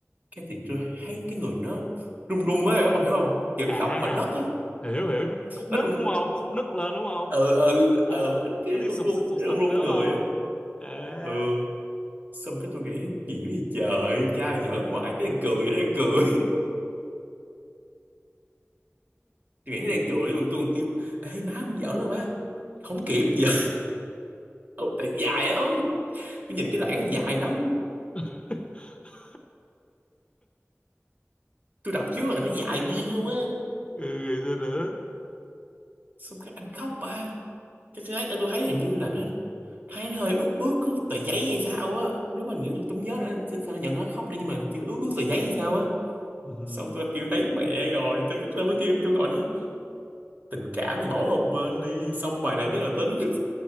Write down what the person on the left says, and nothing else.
à
hiểu hiểu chứ khúc nứt
đúng không khúc nứt lên đúng không
ờ,
cái tiếng
sụp
sụp sụp
sụp
đúng
không
à
<laughs>
rồi, rồi sao nữa
<laughs> ừ.